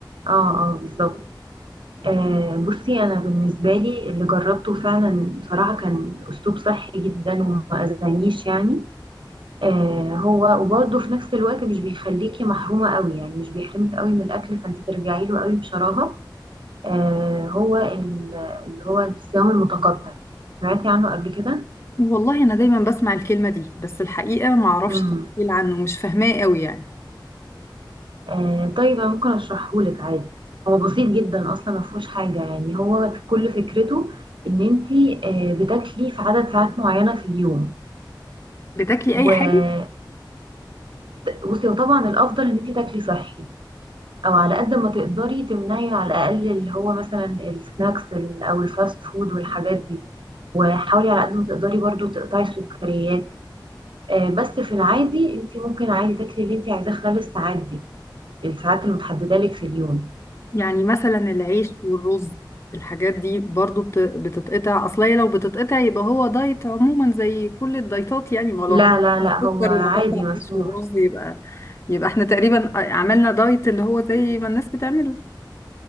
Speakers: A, on the right (about 85°); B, on the left (about 35°).
A: اه آه، بالظبط آه، بصي انا بالنسبة لي اللي جربته فعلا بصراحة كان اسلوب صحي جدا وما اذانيش يعني آه، هو وبرضه في نفس الوقت مش بيخليكي محرومة قوي يعني مش بيحرمك قوي من الأكل فأنت ترجعي له قوي بشراهة آه هو ال- اللي هو الصيام المتقطع سمعتي عنه قبل كده؟
B: والله انا دايما بسمع الكلمه دي بس الحقيقه ما اعرفش
A: امم
B: تفصيل عنه مش فاهماه قوي يعني
A: آه طيب انا ممكن اشرحه لك عادي هو بسيط جدا اصلا ما فيهوش حاجه يعني هو كل فكرته ان انت آه بتاكلي في عدد ساعات معينه في اليوم
B: بتاكلي
A: وبصي
B: اي حاجه
A: بصي وطبعا الافضل ان انت تاكلي صحي او على قد ما تقدري تمنعي على الاقل اللي هو مثلا السناكس ال- او الفاست فود والحاجات دي وحاولي على قد ما تقدري برضو تقطعي السكريات آه، بس في العادي انت ممكن عادي تاكلي اللي انت عايزاه خلال الساعات دي الساعات المتحدده لك في اليوم
B: يعني مثلا العيش والرز الحاجات دي برضو بت- بتتقطع اصل هي لو بتتقطع يبقى هو دايت عموما زي كل الدايتات يعني ما لو
A: لا
B: هنقطع
A: لا لا
B: السكر
A: هو عادي
B: وهنقطع
A: مسموح
B: العيش والرز يبقى يبقى احنا تقريبا عملنا دايت اللي هو زي ما الناس بتعمله